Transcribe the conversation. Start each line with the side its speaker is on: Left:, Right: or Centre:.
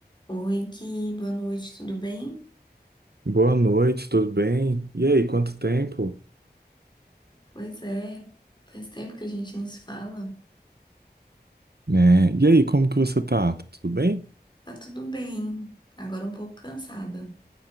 Left: Oi, Gui, boa noite, tudo bem?
Right: Boa noite, tudo bem? E aí, quanto tempo?
Left: Pois é, faz tempo que a gente não se fala.
Right: Né? E aí, como que você tá? Tá tudo bem?
Left: Tá tudo bem, agora um pouco cansada,